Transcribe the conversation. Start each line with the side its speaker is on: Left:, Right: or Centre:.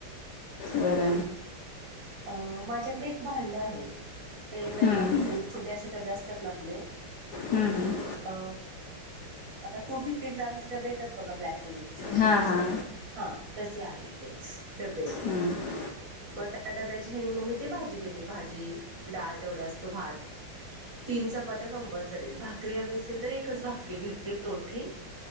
Left: वर
Right: अ माझ्याकडे एक भांड आहे ते त्या
Left: हम्म,
Right: मापाचे म्हणजे छोटे असशे डबे असतात ना आपले
Left: हम् हम्
Right: अ आता टू फिफ्टी ग्रमचे डबे येतात बघा ब्लॅक कलरचे छोटे
Left: हां हां
Right: हां तसे आहेत ते डबे
Left: हम्
Right: मग त्या डब्याच्या हनी मग मी ते भाजी देते भाजी डाळ तेवढा असतो भात तीन चपात्या कंपल्सरी आहेत भाकरी हवी असेल तर एकच भाकरी भेटते मोठी